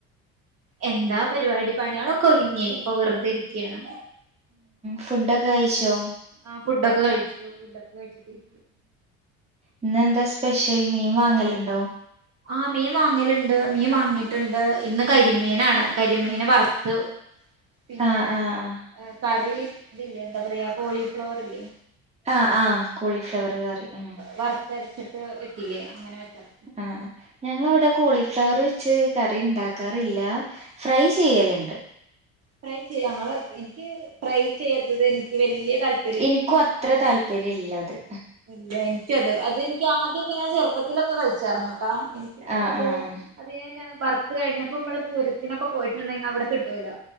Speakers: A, on the right; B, on the right.
A: എന്താ പരിപാടി പണിളൊക്കെ ഒരുങ്ങി ഇപ്പൊ വെറുതെ ഇരികയാണ്
B: ഫുഡ് ഒക്കെ കഴിച്ചോ
A: ആ ഫുഡ് ഒക്കെ കഴിച്ചു ഫുഡ് ഒക്കെ കഴിച്ചിട്ട് ഇരി
B: ഇന്ന് എന്താ സ്പെഷ്യൽ മീൻ വാങ്ങൽലുണ്ടോ
A: ആഹ് മീ മാങ്ങല്ണ്ട് മീ മാങ്ങിട്ട്ണ്ട് ഇന്ന് കരിമീനാണ് കരിമീന് വറ്ത്ത്. പിന്നെ
B: ആഹ് ആഹ്
A: കറി ഇത് ല്ലേ എന്താ പറയാ കോളിഫ്ലവറില്ലേ.
B: ആഹ് ആഹ് കോളിഫ്ലവർ കറി ഉം
A: വർത്തരച്ച്ട്ട് വെക്കില്ലേ അങ്ങനെ വെച്ചതാ.
B: ആഹ് ആഹ് ഞങ്ങളെവടെ കോളിഫ്ലവറ് ച്ച് കറി ണ്ടാക്കാറില്ല ഫ്രൈ ചെയ്യല്ണ്ട്.
A: ഫ്രൈ ചെയ്യ ഞങ്ങള് ഇനിക്ക് ഫ്രൈ ചെയ്ത്തത് ഇൻക്ക് വെല്ല്യെ താല്
B: ഇൻക്കു അത്ര താല്പര്യല്ലത്.
A: ഇല്ല ഇൻക്കത് അതെൻക്ക് ആദ്യൊക്കെ ഞാൻ ചെറ്പ്പത്തിലൊക്കെ കഴിച്ചാർന്നുട്ടാ ഇൻക്കിപ്പത്
B: ആഹ് ആഹ്
A: അത് <unintelligible> വറ്ത്ത് കഴിഞ്ഞപ്പോമ്മള് പൂരത്തിനൊക്കെ പോയിട്ട്ണ്ടെങ്കി അവടെ കിട്ടോല്ലോ